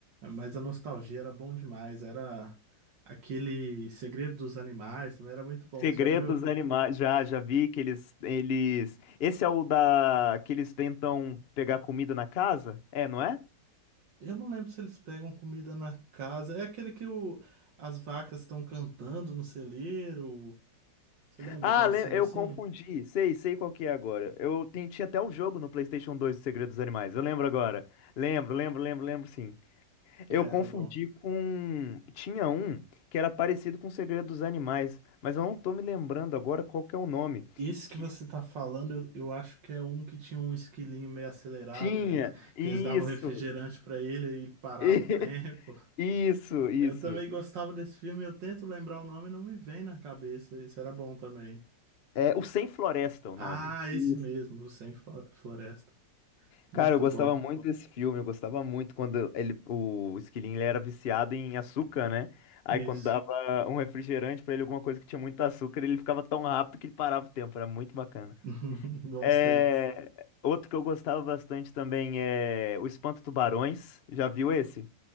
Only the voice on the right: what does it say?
Mas a nostalgia era bom demais. Era aquele Segredo dos Animais também era muito bom.
Você já viu?
Eu não lembro se eles pegam comida na casa. É aquele que o... as vacas estão cantando no celeiro. Você lembra
de uma
cena
assim?
É,
era
bom.
Esse
que você tá falando, eu, eu acho que é um que tinha um esquilinho meio acelerado,
que eles,
que eles davam refrigerante pra ele e ele parava
o <laughs> tempo.
Eu também gostava desse filme, eu tento lembrar o nome e não me vem na cabeça. Esse era bom também.
Ah,
esse
mesmo, o Sem Flo- Floresta.
Muito
bom.
Isso.
<laughs> Bons
tempos.